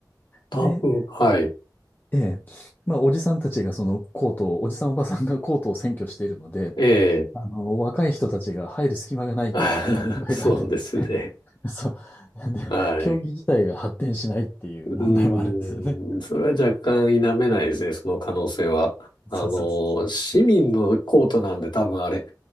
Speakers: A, on the left; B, on the left.
A: 多分、
B: で、
A: はい。
B: ええ、まあ、おじさんたちがそのコートを、おじさんおばさんがコートを占拠しているので、
A: ええ。
B: あの、若い人たちが入る隙間がないという
A: <laughs>
B: <laughs> 問題があって
A: そうですね。
B: <laughs> そう。なんで、
A: はい。
B: 競技自体が発展しないっていう問題もあるんですよね。
A: うーん、それは若干否めないですね、その可能性は。
B: <laughs> そうそうそうそ
A: あの、市民のコートなんで多分あれ、